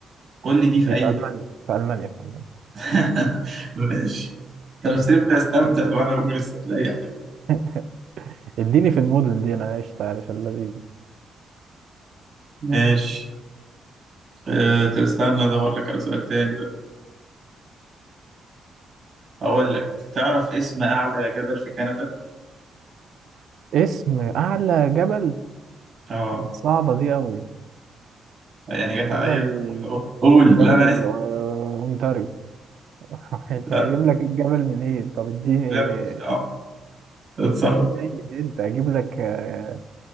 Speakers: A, on the right (about 45°); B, on the right (about 70°).
A: قول لي دي
B: دي
A: في اي
B: في ألمانيا
A: دوله
B: في ألمانيا في ألمانيا
A: <laughs> ماشي طب سيبني استمتع وانا بقول السؤال اي حاجه
B: <laughs> اديني في المدن دي أنا عشت عارف الذي
A: ماشي آه طب استنى ادور لك على سؤال تاني بقى اقول لك تعرف اسم اعلى جبل في كندا
B: اسم أعلى جبل
A: اه
B: صعبة دي أوي
A: يعني
B: جبل
A: جت عليا <laughs> قول
B: جبل
A: لا انا عايز
B: آه، أونتاريو <laughs> مش
A: لا
B: هجيب لك الجبل منين طب اديني
A: لا، ماليش دعوه اتصرف
B: اديني أي أنت أجيب لك آه،